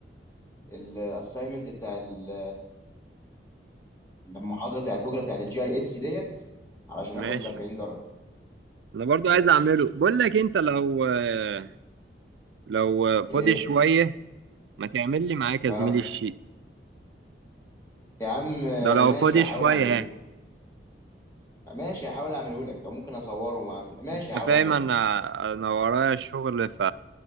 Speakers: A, on the left (about 20°); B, on the right (about 75°).
A: الأسايمنت بتاع ال- المحاضرة بتاعت بكرة بتاعت الجي أي إس ديت علشان
B: ماشي
A: آخد ال 40 درجة
B: انا برضو
A: ماشي
B: عايز اعمله بقول لك انت لو اه، لو فاضي
A: إيه
B: شويه ما تعمل لي معاك يا
A: أه
B: زميلي الشيت
A: يا عم
B: ده لو
A: ماشي
B: فاضي
A: هحاول
B: شويه
A: أعمله
B: يعني
A: لك ماشي هحاول أعمله لك أو ممكن أصوره مع... ماشي
B: انت
A: هحاول
B: فاهم
A: أعمله
B: انا
A: ماشي
B: انا ورايا شغل ف